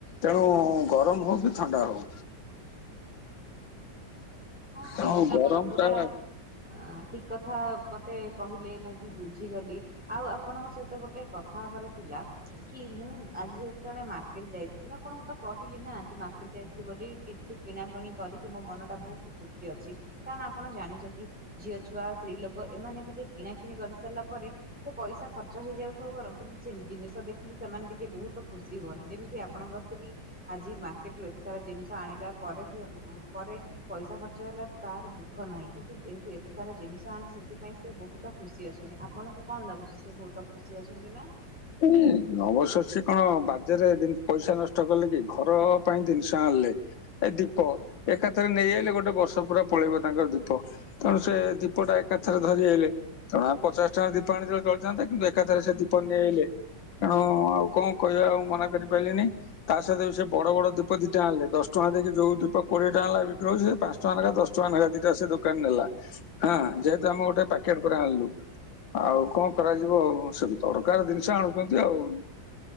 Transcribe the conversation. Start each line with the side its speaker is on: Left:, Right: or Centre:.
Left: ତେଣୁ ଗରମ ହଉ କି ଥଣ୍ଡା ହଉ
Centre: ହଁ
Left: ତେଣୁ
Centre: ସେଇଟା ତ
Left: ଗରମ
Centre: ଆପଣ ପୁରା
Left: ଟା
Centre: ଆ ଠିକ କଥା ମତେ କହିଲେ ମୁଁ ବି ବୁଝିଗଲି। ଆଉ ଆପଣଙ୍କ ସହିତ ଗୋଟେ କଥା ହବାର ଥିଲା। କି ମୁଁ ଆଜି ଯେତେବେଳେ ମାର୍କେଟ ଯାଇଥିଲି ଆପଣଙ୍କୁ ତ କହିଲି ନା ଆଜି ମାର୍କେଟ ଯାଇଥିଲି ବୋଲି। କିଛି କିଣାକଣି କରିକି ମୋ ମନଟା ବହୁତ ସୁଖୀ ଅଛି କାରଣ ଆପଣ ଜାଣିଛନ୍ତି। ଝିଅ ଛୁଆ ସ୍ତ୍ରୀ ଲୋକ ଏମାନେ ଟିକେ କିଣା କିିଣି କରିସାରିଲା ପରେ ସେ ପଇସା ଖର୍ଚ୍ଚ ହେଇଯାଉ ସବୁ କର କିନ୍ତୁ ଜିନିଷ ଦେଖିକି ସେମାନେ ଟିକେ ବହୁତ ଖୁସି ହୁଅନ୍ତି ଯେମିତି ଆପଣଙ୍କ ସ୍ତ୍ରୀ ଆଜି ମାର୍କେଟ ରୁ ଏତେ ସାରା ଜିନିଷ ଆଣିଲା ପରେ ବି ପରେ ପଇସା ଖର୍ଚ୍ଚ ହେଲାର ତାର ଦୁଃଖ ନାହିଁ କିନ୍ତୁ ଯେହେତୁ ଏତେ ସାରା ଜିନିଷ ଆଣିଛି ସେଥିପାଇଁ ସେ ବହୁତ ତ ଖୁସି ଅଛନ୍ତି ଆପଣଙ୍କୁ କଣ ଲାଗୁଛି ସେ ବହୁତ ଖୁସି ଅଛନ୍ତି ନା?
Left: <unintelligible> ନବଶଷୀ କଣ ବାଜାରରେ ପଇସା ନଷ୍ଟ କଲେ କି ଘର ପାଇଁ ଜିନିଷ ଆଣିଲେ। ଏ ଦୀପ ଏକାଥରେ ନେଇଆଇଲେ ଗୋଟେ ବର୍ଷ ପୁରା ପଳେଇବ ତାଙ୍କର ଦୀପ। ତେଣୁ ସେ ଦୀପଟା ଏକାଥରେ ଧରି ଆଇଲେ। କାରଣ ଆମ ପଚାଶ ଟଙ୍କା ଦୀପ ଆଣିଥିଲେ ଚଳିଥାତା କିନ୍ତୁ ଏକାଥରେ ସେ ଦୀପ ନିଆଲେ। କାରଣ ଆଉ କଣ କହିବା ଆଉ ମନା କରିପାରିଲିନି ତା ସହିତ ସେ ବଡ ବଡ ଦୀପ ଦିଟା ଆଣେଲେ ଦଶ ଟଙ୍କା ଦେଇି ଯୋଉ ଦୀପ କୋଡିଏ ଟଙ୍କା ନେଲା ବିକ୍ର ହଉଛି ସେ ପାଞ୍ଚ ଟଙ୍କ ଲେଖା ଦଶ ଟଙ୍କା ନେଖା ଦିଟା ସେ ଦୋକାନ ନେଲା। ହଁ ଯେହେତୁ ଆମେ ଗୋଟେ ପ୍ୟାକେଟ ପୁରା ଆଣିଲୁ ଆଉ କଣ କରାଯିବ ଆଉ ସବୁ <inaudible> ଜିନିଷ ଆଣୁଛନ୍ତି ଆଉ।